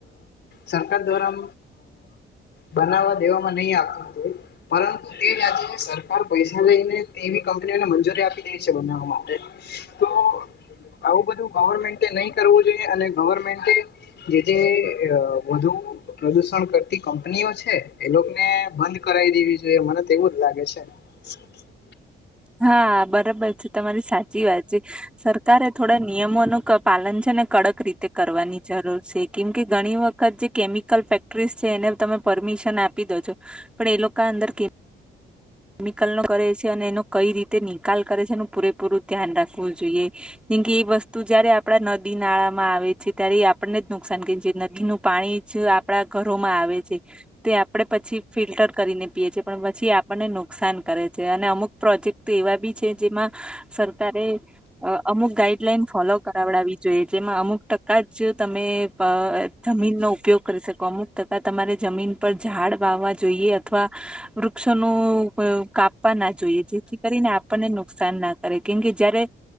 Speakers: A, on the left; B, in the centre.
A: સરકાર દ્વારા બનાવવા દેવામાં નહી આવતું હતું પરંતુ તે જ આજે સરકાર પૈસા લઈને- -એવી કંપનીઓને મંજૂરી આપી દે છે બનાવવા માટે તો- આવું બધું ગવર્મેન્ટે નહી કરવું જોઈએ અને ગવર્મેન્ટે- જે તે વધુ પ્રદુષણ કરતી કંપનીઓ છે. એ લોકો ને બંધ કરાવી દેવી જોઈએ મને તો એવું જ લાગે છે. <inaudible>
B: હા બરાબર છે તમારી સાચી વાત છે. સરકારે થોડા નિયમોનું પાલન છે ને કડક રીતે કરવાની જરૂર છે કેમ કે ઘણી વખત ત જે કેમિકલ ફેક્ટરીસ છે એને તમે પરમિશન આપી દો છો પણ એ લોકો અંદર કેમિકલ નો કરે છે અને એનો કઈ રીતે નિકાલ કરે છે એનું પૂરેપૂરું ધ્યાન રાખવું જોઈએ. જેમકે એ વસ્તુ જયારે આપડા નદી નાળા માં આવે છે ત્યારે એ આપણને જ નુકસાન કે નદી ન પાણી જ આપણા ઘરોમાં આવે છે. તે આપડણે પછી ફિલ્ટર કરીને પીએ છીએ પણ પછી ને નુકસાન કરે છે અને અમુક પ્રોજેક્ટ એવા બી છે જેમાં સરકારે અ અમુક ગાઈડલાઈન ફોલો કરાવડાવવી જોઈએ જેમાં અમુક ટકા જ જે તમે અ જમીનનો ઉપયોગ કરી શકો અમુક ટકા તમારે જમીન પર ઝાડ વાવવા જોઈએ અથવા વૃક્ષ ન કાપવા ના જોઈએ જેથી કરીને આપણને નુકસાન ના કરે કેમકે જયારે